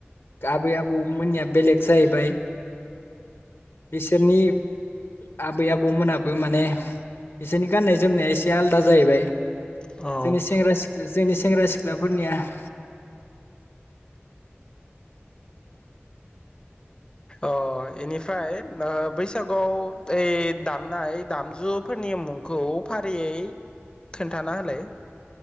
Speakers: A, on the left; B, on the left.
A: आबै, आबौमोननिया बेलेग जाहैबाय। बिसोरनि आबै आबौमोनाबो माने बिसोरनि गाननाय जोमनाया एसे आलदा जाहैबाय
B: अ
A: जोंनि सेंग्रा सिख्ला जोंनि सेंग्रा सिख्लाफोरनिया। <inaudible>
B: अ इनिफ्राय बैसागुआव ओइ दामनाय दामजुफोरनि मुंखौ फारियै खोन्थाना होलाय।